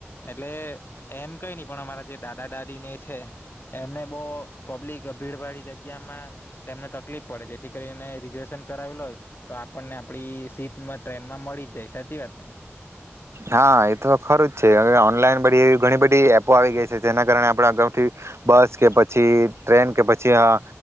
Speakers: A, on the left (about 50°); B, on the right (about 75°).
A: એટલે એમ કઈ નહી પણ અમારા જે દાદા દાદીને એ છે એમને બહુ પબ્લિક ભીડભાડી જગ્યામાં તેમને તકલીફ પડે. જેથી કરીને રિઝર્વેશન કરાવેલ હોય તો આપણને આપણી સીટમાં ટ્રેનમાં મળી જ જાય સાચી વાત ને?
B: હા એ તો ખરું જ છે. હવે ઓનલાઈન બધી એવી ઘણી બધી એપો આવી ગઈ છે. જેના કારણે આપણે અગાઉથી બસ કે પછી ટ્રેન કે પછી આ